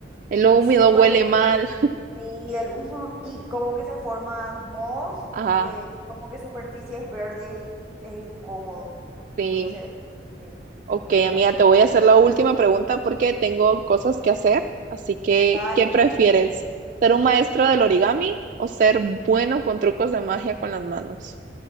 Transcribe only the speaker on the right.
lo húmedo
huele mal.
Ajá,
sí.
Ok,
amiga,
te voy a hacer la última pregunta porque tengo cosas que hacer. Así que,
¿qué prefieres? ¿Ser un maestro del origami o ser bueno con trucos de magia con las manos?